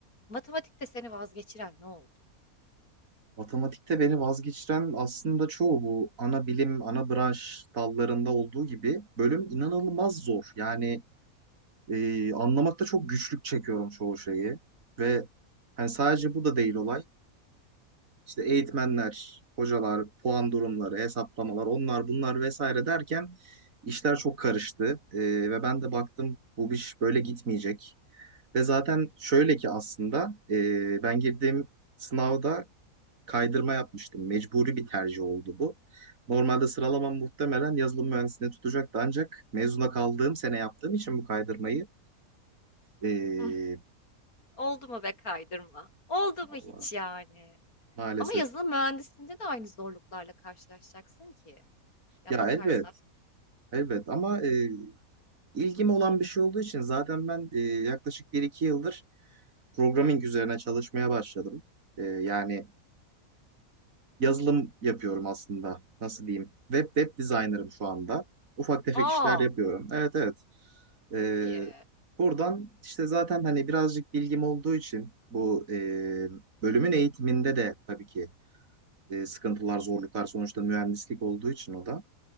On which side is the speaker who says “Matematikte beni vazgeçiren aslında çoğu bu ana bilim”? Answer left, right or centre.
Right